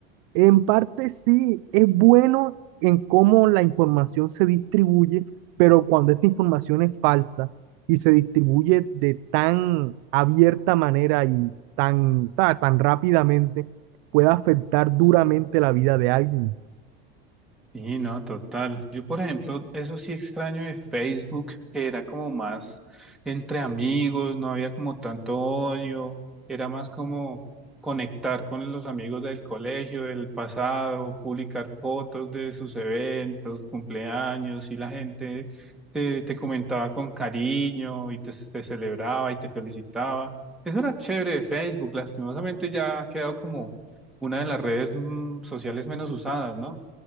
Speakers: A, on the right (about 65°); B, in the centre.
A: En parte sí es bueno en cómo la información se distribuye, pero cuando esta información es falsa y se distribuye de tan abierta manera y tan, o tan rápidamente, puede afectar duramente la vida de alguien.
B: Sí, no, total. Yo, por ejemplo, eso sí extraño de Facebook, que era como más entre amigos, no había como tanto odio, era más como conectar con los amigos del colegio, del pasado, publicar fotos de sus eventos, cumpleaños, y la gente te, te comentaba con cariño y te, te celebraba y te felicitaba. Eso era chévere de Facebook, lastimosamente ya ha quedado como una de las redes mm, sociales menos usadas, ¿no?